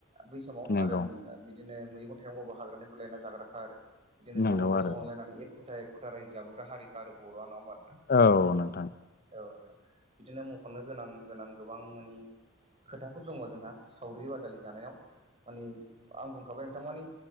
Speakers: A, on the right (about 30°); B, on the left (about 45°).
A: बै समाव
B: नंगौ
A: आरो ओम बिदिनो मैगं थाइगंबाबो हाग्रानिफ्राय लायना जाग्राखा आरो। बिदिनो
B: नंगौ
A: ज'
B: आरो
A: ज' अनलायनानै एख'था एख'था रायजो जाबोब द हारिखा आरो बर' नङाबा नोंथां।
B: औ नोंथां।
A: औ नोंथां बिदिनो मख'नो गोनां गोनां गोबां मानि। खोथाफोर दङ जोंहा सावरि बादालि जानायाव माने आं बुंखाबाय नोंथां मानि